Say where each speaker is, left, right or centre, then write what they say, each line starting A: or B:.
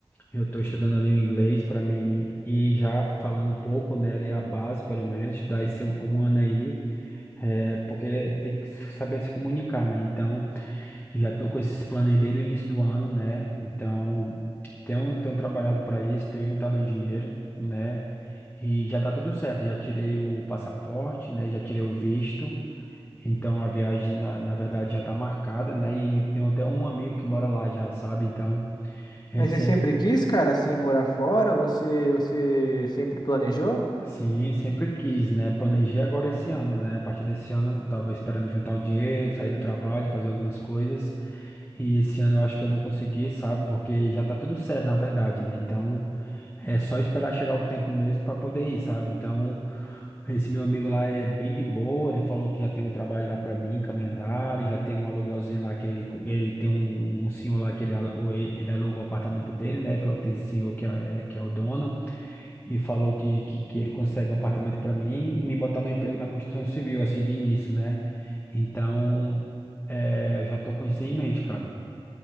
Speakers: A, on the left (about 20°); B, on the left (about 45°).
A: eu tô estudando ali o inglês para mim ir já falando um pouco, né? Ali a base, pelo menos, estudar esse um um ano aí. É, porque tem que saber se comunicar, né? Então, já tô com esses planos aí desde o início do ano, né? Então, tenho, tenho trabalhado para isso, tenho juntado um dinheiro, né? E já tá tudo certo, já tirei o passaporte, né? Já tirei o visto. Então, a viagem, na, na verdade, já tá marcada, né? E tenho até um amigo que mora lá já, sabe? Então, ele
B: Mas
A: sempre.
B: você sempre quis, cara, assim, morar fora? Você, você sempre planejou?
A: Sim, sempre quis, né? Planejei agora esse ano, né? A partir desse ano, eu tava esperando juntar o dinheiro, sair do trabalho, fazer algumas coisas. E esse ano eu acho que eu vou conseguir, sabe? Porque já tá tudo certo, na verdade, né? Então, é só esperar chegar o tempo mesmo para poder ir, sabe? Então, esse meu amigo lá é bem de boa, ele falou que já tem um trabalho lá para mim, caminhandado, já tem um aluguelzinho lá que ele, co- ele tem um, um senhor lá que ele, alu- ele aluga o apartamento dele, né? Ele falou que tem esse senhor que é, que é o dono e falou que, que, que ele consegue um apartamento para mim e me botar no emprego na construção civil, assim, de início, né? Então, é, eu já tô com isso em mente, cara.